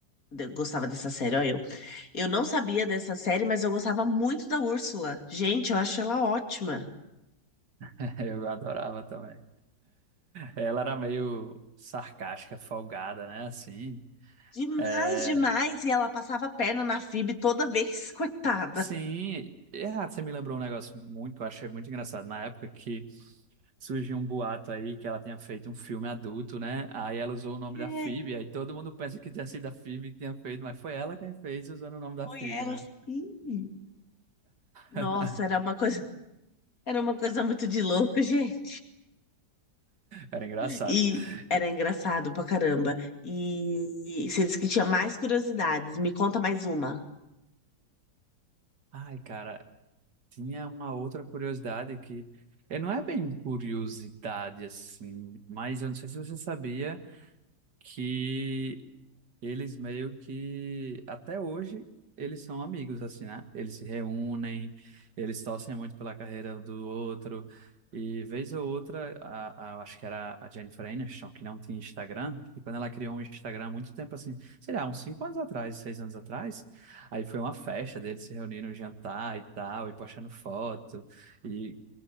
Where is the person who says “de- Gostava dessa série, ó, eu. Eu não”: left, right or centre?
Left